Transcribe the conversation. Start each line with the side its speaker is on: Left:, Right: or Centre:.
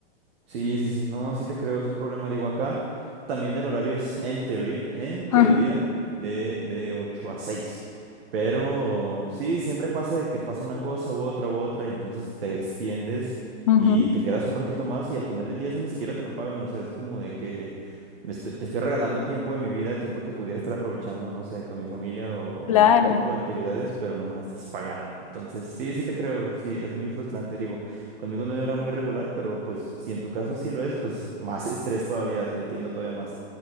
Right: Sí, sí, sí, no, sí te creo, es un problema. Digo, acá también el horario es en teoría, en teoría,
Left: Ajá.
Right: de, de 8 a 6. Pero sí, siempre pasa de que pasa una cosa u otra u otra y entonces te extiendes
Left: Ujú,
Right: y te quedas un ratito más y al final del día eso ni siquiera te lo pagan. O sea, es como de que me estoy- te estoy regalando tiempo de mi vida, tiempo que pudiera estar aprovechando, no sé, con mi familia o, o
Left: Claro,
Right: en otro tipo de actividades, pero no me la estás pagando. Entonces, sí, sí te creo, sí, es muy frustrante. Digo, Conmigo no era muy regular, pero pues si en tu caso sí lo es, pues más <laughs> estrés todavía, te entiendo todavía más.